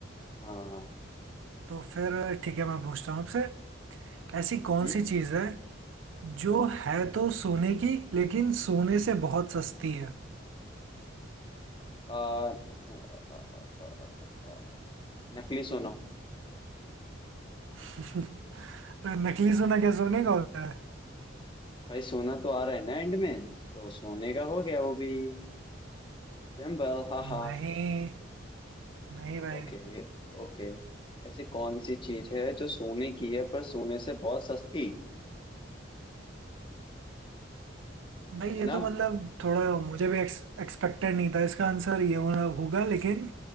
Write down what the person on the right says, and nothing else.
तो फिर ठीक है मैं पूछता हूँ आपसे ऐसी
कौन सी चीज़ है जो है तो सोने की लेकिन सोने से बहुत सस्ती है
<laughs> नकली सोना क्या सोने का होता है
नहीं नहीं भाई
भाई
ये
तो मतलब थोड़ा मुझे भी एक्सपेक्टेड नहीं था इसका आंसर ये होना होगा लेकिन